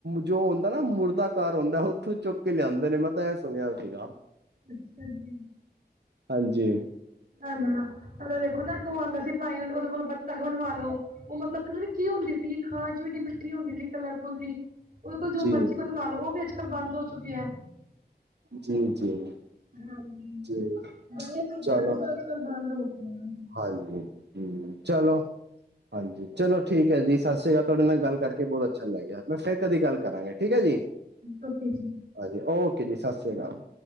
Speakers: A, on the right; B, on the right.
A: ਜੋ ਹੁੰਦਾ ਨਾ ਮੁਰਦਾ ਘਾਰ ਹੁੰਦਾ ਉੱਥੋਂ ਚੁੱਕ ਕੇ ਲਿਆਂਦੇ ਨੇ ਮੈਂ ਤਾਂ ਇਹ ਸੁਣਿਆ ਸੀਗਾ।
B: ਅੱਛਾ ਜੀ।
A: ਹਾਂਜੀ।
B: ਹੈਨਾ ਨਾ ਪੈਲਾ ਵੇਖੋ ਨਾ ਇਕ ਓ ਆਂਦਾ ਸੀ ਬਾਈ ਉਦੇ ਕੋਲੋਂ ਬੱਖਤ ਬਣਵਾਲੋ। ਓ ਮਤਲਬ ਪਤਾ ਨੀ ਕੀ ਹੁੰਦੀ ਸੀਗੀ ਖਾਣ ਨੂ ਇੰਨੀ ਮਿੱਠੀ ਹੁੰਦੀ ਸੀ ਕਲਰ ਫੁਲ ਜੀ ਓ ਦੇ ਕੋਲ ਜੋ
A: ਜੀ
B: ਮਰਜ਼ੀ ਬਣਵਾ ਲੋ ਓ ਵੀ ਅੱਜ ਕੱਲ ਬੰਦ ਹੋ ਚੁੱਕਿਆ।
A: ਜੀ ਜੀ
B: ਹਾਂਜੀ
A: ਜੀ
B: ਬੜੀਆ ਚੀਜ਼ਾਂ
A: ਚਲੋ
B: ਸ ਅੱਜ ਕਲ ਬੰਦ ਹੋਗੀਆ ਨੇ।
A: ਹਾਂਜੀ ਚਲੋ ਹਾਂਜੀ ਚਲੋ ਠੀਕ ਹੈ ਜੀ। ਸਤਿ ਸ੍ਰੀ ਅਕਾਲ ਤੁਹਾਡੇ ਨਾਲ ਗੱਲ ਕਰਕੇ ਬਹੁਤ ਅੱਛਾ ਲੱਗ ਗਿਆ ਮੈਂ ਫੇਰ ਕਦੀ ਗੱਲ ਕਰਾਂਗੇ ਠੀਕ ਹੈ ਜੀ।
B: ਰੋਟੀ ਚ
A: ਹਾਂਜੀ ਓਕੇ ਜੀ ਸਤਿ ਸ਼੍ਰੀ ਅਕਾਲ।